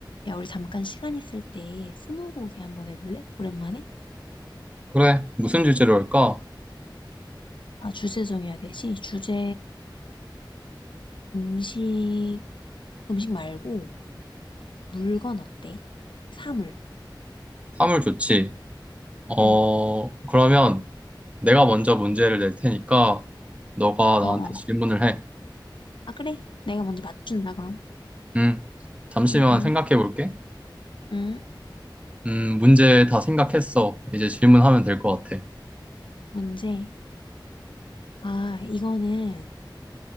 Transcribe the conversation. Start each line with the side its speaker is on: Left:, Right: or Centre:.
Left: 야, 우리 잠깐 시간 있을 때 스무고개 한번 해볼래? 오랜만에?
Right: 그래, 무슨 주제로 할까?
Left: 아, 주제 정해야 되지? 주제 음식, 음식 말고 물건 어때? 사물.
Right: 사물 좋지. 어,
Left: 응,
Right: 그러면 내가 먼저 문제를 낼 테니까 너가
Left: 어어.
Right: 나한테 질문을 해.
Left: 아, 그래? 내가 먼저 맞춘다, 그럼.
Right: 음, 잠시만
Left: 응, 응,
Right: 생각해 볼게.
Left: 응.
Right: 음, 문제 다 생각했어. 이제 질문하면 될 것 같아.
Left: 문제. 아, 이거는